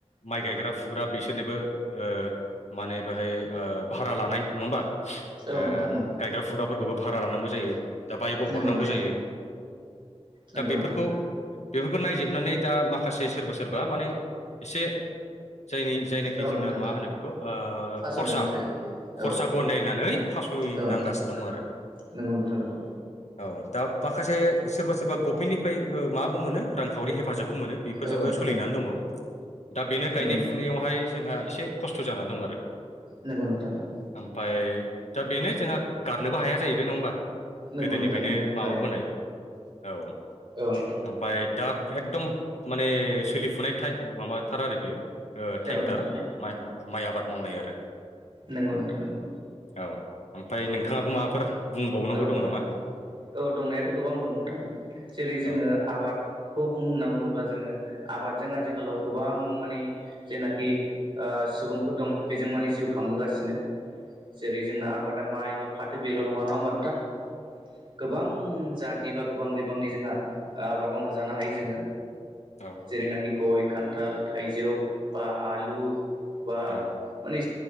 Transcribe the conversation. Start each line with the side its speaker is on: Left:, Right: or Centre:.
Left: माइ गायग्रा फुग्रा बिसोरनोबो ओ माने बेहाय ओ भारा लानाय नङा होमबा ओ
Right: औ नोंथां औ
Left: गायग्रा फुग्राफोरखौबो भारा लानांगौ जायो दा बायबो
Right: नंगौ
Left: हरनांगौ
Right: नोंथां
Left: जायो
Right: नंगौ
Left: दा बेफोरखौ
Right: नोंथां
Left: बे फोर नायजोबनानै दा माखासे सोरबा सोरबा माने एसे जायनि जायनाखि
Right: औ
Left: जोंना
Right: नोंथां
Left: मा होनो बेखौ ओ
Right: फासयनानै
Left: खरसा
Right: थायो
Left: खरसाखौ
Right: औ
Left: नायनानै फासयनांगासिनो
Right: औ नोंथां
Left: दं आरो
Right: नंगौ नोंथा नंगौ
Left: औ दा माखासे सोरबा सोरबा गभमेन्टनिफ्राय ओ माबो मोनो रांखावि हेफाजाब हेफाजाबबो मोनो बेफोरजोंबो
Right: औ नोंथां
Left: सोलिनानै
Right: नंगौ
Left: दङ दा बेनो गायनाय
Right: नंगौ नोंथां
Left: फुनायावहाय जोंहा एसे खस्थ' जानानै दं आरो
Right: नोंगौ नोंथां औ
Left: ओमफ्राय दा बेनो जोंहा गारनोबो हाया जाहैबाय नङा होमबा
Right: नंगौ
Left: गोदोनिफ्रायनो
Right: नोंथां नंगौ
Left: माबाबोनाय
Right: थारैनो
Left: औ
Right: औ नोंथां
Left: ओमफाय दा एकदम माने सोलिफुनाय थाय माबा थार आरो बेयो ओ
Right: औ
Left: टाइमथार
Right: नोंथां
Left: माइ आबाद मावनाय आरो
Right: नोंगौ नोंथां नगौ
Left: औ ओमफ्राय नोंथाङाबो माबाफोर बुंबावनांगौ
Right: औ नोंथां
Left: दं नामा
Right: औ दंनायाथ' गोबां दं नोंथां जेरै जोङो
Left: औ
Right: आबादखौ बुं होनना बुङोब्ला जोङो आबादजों आथिखालाव गोबां माने जेनाखि ओ सुबुंफोर दं बेजों माने जिउ खांबोगासिनो जेरै जोंना आबादा माइ बा फाथो बेल' नङा होमबा नों थां गोबां
Left: उम,
Right: जातनि बा गोबां बिबांनि जोंहा आबाद मावना जानो हायो जोङो
Left: औ
Right: जेरैनाखि गय खान्थाल थाइजौ बा आलु बा
Left: औ
Right: माने